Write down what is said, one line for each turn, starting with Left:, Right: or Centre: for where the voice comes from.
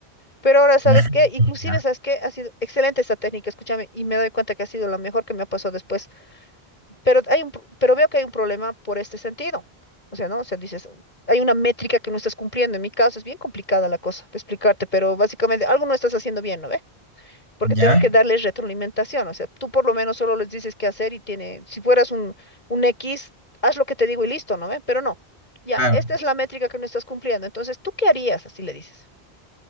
Left: Pero ahora, ¿sabes
Right: <laughs>
Left: qué? Inclusive, ¿sabes qué? Ha sido excelente esta técnica, escúchame, y me doy cuenta que ha sido la mejor que me ha pasado después. Pero hay un, pro- pero veo que hay un problema por este sentido. O sea, ¿no? O sea, dices, hay una métrica que no estás cumpliendo. En mi caso es bien complicada la cosa de explicarte, pero básicamente algo no estás haciendo bien, ¿no ve? Porque
Right: Ya,
Left: tengo que darles retroalimentación. O sea, tú por lo menos solo les dices qué hacer y tiene, si fueras un, un X, haz lo que te digo y listo, ¿no ve? Pero no. Ya,
Right: claro.
Left: esta es la métrica que no estás cumpliendo. Entonces, ¿tú qué harías? Así le dices.